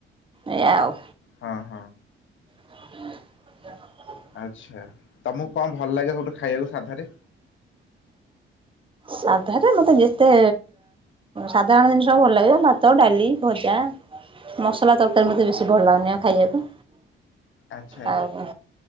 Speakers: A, on the right; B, on the left.
A: ଏଇୟା ଆଉ।
B: ହଁ ହଁ।
A: <inaudible>
B: ଆଚ୍ଛା ତମକୁ କଣ ଭଲ ଲାଗେ ହବୁଠୁ ଖାଇବାକୁ ସାଧାରେ?
A: ସାଧାରେ ମତେ ଯେତେ ସାଧାରଣ ଜିନିଷ ଭଲ ଲାଗିବ ଭାତ ଡାଲି ଭଜା। ମସଲା ତରକାରୀ ମତେ ବେଶୀ ଭଲ ଲାଗୁନି ଆଉ ଖାଇବାକୁ।
B: ଆଚ୍ଛା
A: ଆଉ